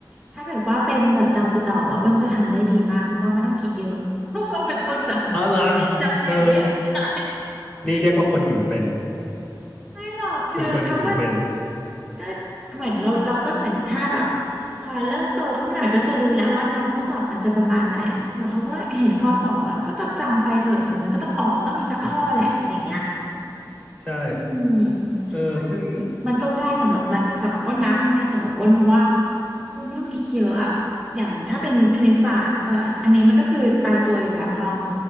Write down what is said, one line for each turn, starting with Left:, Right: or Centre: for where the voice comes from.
Centre: ถ้าเกิดว่าเป็นแบบจำไปตออ่ะอ้วนจะทำได้ดีมากเพราะว่าไม่ต้องคิดเยอะ <laughs> เพราะว่ามันต้องจำจำอย่างเดียวใช่
Left: อ๋อเหรอเออนี่เรียกว่าคนอยู่เป็น
Centre: ไม่หรอกคือเขาก็
Left: คุณคนอยู่เป็น
Centre: ก็เหมือนเราเราก็เหมือนถ้าแบบพอเริ่มโตขึ้นมาหน่อยก็จะรู้แล้วว่าแนวข้อสอบมันจะประมาณไหนเดี๋ยวเขาก็เห็นพอสอนก็จำจำไปเถอะเดี๋ยวมันก็ต้องออกมันต้องมีสักข้อแหละอะไรเงี้ย
Left: ใช่
Centre: อืม
Left: เออซึ่ง
Centre: ใช่ซึ่งมันก็ง่ายสำหรับมันสำหรับอ้นนะ มันง่ายสำหรับอ้นเพราะว่าเออไม่ต้องคิดเยอะอะอย่างถ้าเป็นคณิตศาสตร์เอออันนี้มันก็คือตายตัวอยู่แล้วพอ